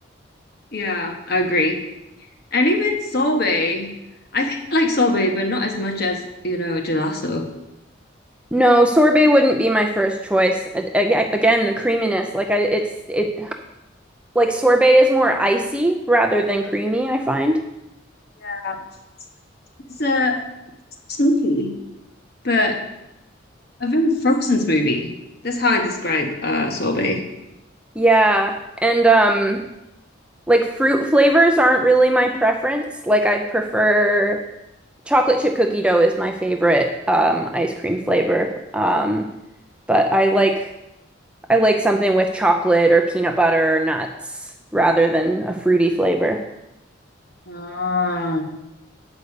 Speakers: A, on the left; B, in the centre.
A: Yeah, I agree. And even sorbet. I think I like sorbet, but not as much as, you know, gelato.
B: No, sorbet wouldn't be my first choice. A- a- Again, the creaminess, like I it's it like sorbet is more icy rather than creamy, I find.
A: Yeah. It's a smoothie, but a very frozen smoothie. That's how I describe uh sorbet.
B: Yeah. And um Like fruit flavors aren't really my preference. Like I'd prefer chocolate chip cookie dough is my favorite um, ice cream flavor. Um, but I like I like something with chocolate or peanut butter or nuts rather than a fruity flavor.
A: Ah,